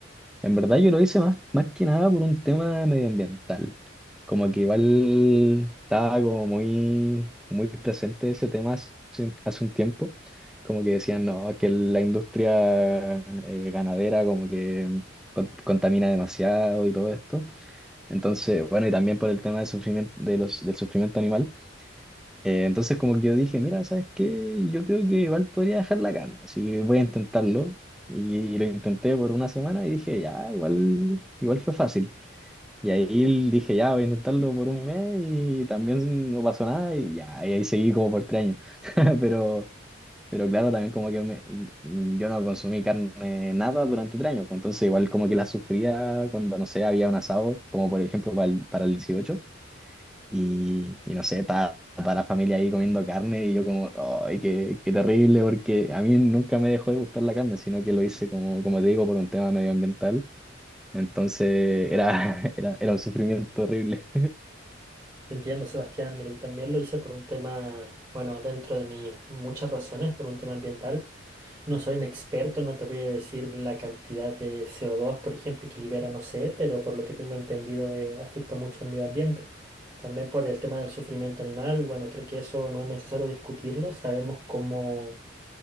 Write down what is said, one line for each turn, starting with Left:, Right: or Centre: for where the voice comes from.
Centre: En verdad yo lo hice más, más que nada por un tema medioambiental. Como que igual estaba como muy, muy presente ese tema hace, hace un tiempo. Como que decían, no, es que la industria eh, ganadera como que con- contamina demasiado y todo esto. Entonces, bueno, y también por el tema de sufrimiento, de los, del sufrimiento animal. Eh, entonces como que yo dije, mira, ¿sabes qué? Yo creo que igual podría dejar la carne, así que voy a intentarlo. Y lo intenté por una semana y dije, ya, igual, igual fue fácil. Y ahí dije, ya, voy a intentarlo por un mes y también no pasó nada y ya, y ahí seguí como por tres años. <laughs> Pero, pero claro, también como que me- mm, yo no consumí carne nada durante tres años, pues entonces igual como que la sufría cuando, no sé, había un asado, como por ejemplo para el, para el 18 y, y no sé, estaba toda la familia ahí comiendo carne y yo como, ay, qué, qué terrible, porque a mí nunca me dejó de gustar la carne, sino que lo hice como, como te digo, por un tema medioambiental. Entonces era, <laughs> era, era un sufrimiento horrible.
Right: Te entiendo, Sebastián. Mira, yo también lo hice por un tema, bueno, dentro de mis muchas razones, por un tema ambiental. No soy un experto, no te voy a decir la cantidad de CO2, por ejemplo, que libera, no sé, pero por lo que tengo entendido, eh, afecta mucho al medio ambiente. También por el tema del sufrimiento animal, bueno, creo que eso no es necesario discutirlo. Sabemos cómo